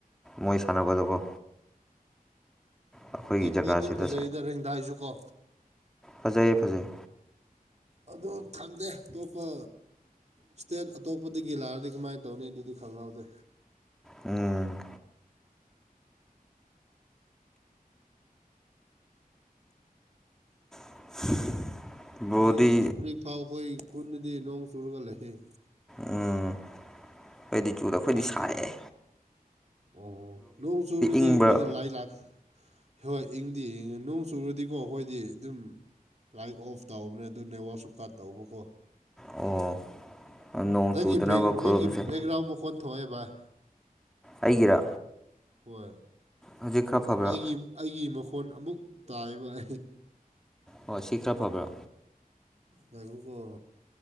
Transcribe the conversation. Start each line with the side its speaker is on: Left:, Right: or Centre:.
Centre: ꯃꯣꯏ ꯁꯥꯟꯅꯒꯗꯕꯣ ꯑꯩꯈꯣꯏꯒꯤ
Right: ꯇꯤꯝꯗꯤ
Centre: ꯖꯒꯥꯁꯤꯗ
Right: ꯑꯗꯨꯝ ꯐꯖꯩꯗ ꯔꯦꯡꯗꯥꯏꯁꯨ ꯀꯣ
Centre: ꯐꯖꯩꯌꯦ ꯐꯖꯩ
Right: ꯑꯗꯨ ꯈꯪꯗꯦ ꯑꯇꯣꯞꯄ ꯏꯁꯇꯦꯠ ꯑꯇꯣꯞꯄꯗꯒꯤ ꯂꯥꯛꯑꯗꯤ ꯀꯃꯥꯏꯅ ꯇꯧꯅꯤ ꯑꯗꯨꯗꯤ ꯈꯪꯍꯥꯎꯗꯦ
Centre: ꯎꯝ <unintelligible> ꯕ꯭ꯔꯣꯗꯤ
Right: ꯍꯧꯖꯤꯛ ꯍꯧꯖꯤꯛꯐꯥꯎ ꯑꯩꯈꯣꯏ ꯈꯨꯨꯟꯗꯗꯤ ꯅꯣꯡ ꯆꯨꯔꯒ ꯂꯩꯏ
Centre: ꯎꯝ ꯑꯩꯏꯗꯤ ꯆꯨꯗ ꯑꯩꯈꯣꯏꯗꯤ
Right: ꯀꯃꯥꯏ
Centre: ꯁꯥꯏꯑꯦ
Right: ꯑꯣ ꯂꯣꯡ ꯆꯨꯔꯗꯤ
Centre: ꯏꯪꯕ꯭ꯔꯥ
Right: ꯑꯩꯈꯣꯏꯗ ꯂꯥꯏ ꯂꯥꯛ ꯍꯣꯏ ꯏꯪꯗꯤ ꯏꯉ ꯅꯣꯡ ꯆꯨꯔꯗꯤꯀꯣ ꯑꯩꯈꯣꯏꯗꯤ ꯑꯗꯨꯝ ꯂꯥꯏꯠ ꯑꯣꯐ ꯇꯧꯕꯅꯦ ꯑꯗꯨ ꯅꯦꯠꯋꯥꯛꯁꯨ ꯀꯠ ꯇꯧꯕꯀꯣ
Centre: ꯑꯣ ꯅꯣꯡ
Right: ꯅꯪꯒꯤ
Centre: ꯆꯨꯗꯅꯕ ꯈꯨꯔꯨꯝꯁꯦ
Right: ꯅꯪꯒꯤ ꯕꯦꯛꯒ꯭ꯔꯥꯎꯟ ꯃꯈꯣꯟ ꯊꯣꯛꯑꯦ ꯚꯥꯏ
Centre: ꯑꯩꯒꯤꯔ
Right: ꯍꯣꯏ
Centre: ꯍꯧꯖꯤꯛ ꯈꯔ ꯐꯕ꯭ꯔꯥ
Right: ꯑꯩꯒꯤ ꯑꯩꯒꯤ ꯃꯈꯣꯟ ꯑꯃꯨꯛ ꯇꯥꯏꯕꯅꯤ
Centre: ꯑꯣ ꯁꯤ ꯈꯔ ꯐꯕ꯭ꯔꯥ
Right: ꯉꯈꯀ